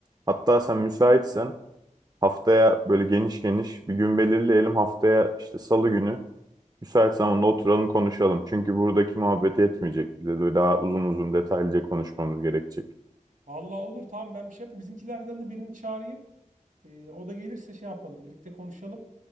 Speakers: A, on the right (about 30°); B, on the right (about 75°).
A: Hatta sen müsaitsen haftaya böyle geniş geniş bir gün belirleyelim. Haftaya işte salı günü müsait zamanda oturalım konuşalım. Çünkü buradaki muhabbet yetmeyecek. Bize de daha uzun uzun detaylıca konuşmamız gerekecek.
B: Vallahi olur tamam ben bir şey yapayım. Bizimkilerden de birini çağırayım. E, o da gelirse şey yapalım, birlikte konuşalım.